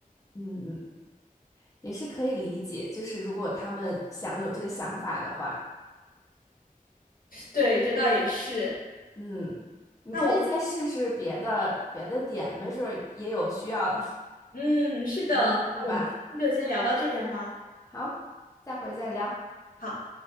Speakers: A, on the left; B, on the left.
A: 嗯，也是可以理解，就是如果他们想有这个想法的话，
B: 对，这倒也是。
A: 嗯，你可以再试试别的别的点，
B: 那我们。
A: 没准儿也有需要，
B: 嗯，
A: <laughs>
B: 是的，
A: 嗯，对吧？
B: 那我们今天就先聊到这边吧。
A: 好，下回再聊。
B: 好。